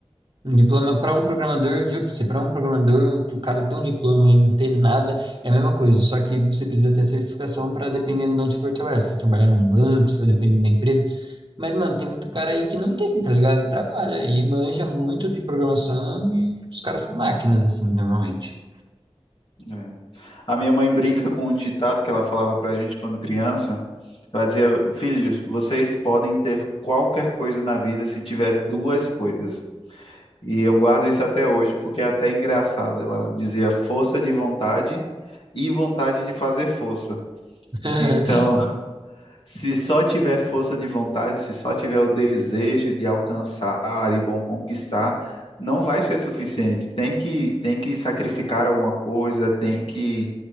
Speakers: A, on the right; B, on the left.
A: Um diploma para um programador, juro pra você, para um programador, o cara ter um diploma e não ter nada é a mesma coisa, só que você precisa ter a certificação para dependendo de onde você for trabalhar. Se for trabalhar num banco, se for dependendo da empresa. Mas, mano, tem muito cara aí que não tem, tá ligado? E trabalha e manja muito de programação e os caras são máquinas, assim, normalmente.
B: É. A minha mãe brinca com um ditado que ela falava para a gente quando criança. Ela dizia: Filhos, vocês podem ter qualquer coisa na vida se tiver duas coisas. E eu guardo isso até hoje, porque é até engraçado. Ela dizia força de vontade e vontade de fazer força.
A: <laughs>
B: Então, <laughs> se só tiver força de vontade, se só tiver o desejo de alcançar e bom conquistar, não vai ser suficiente. Tem que tem que sacrificar alguma coisa, tem que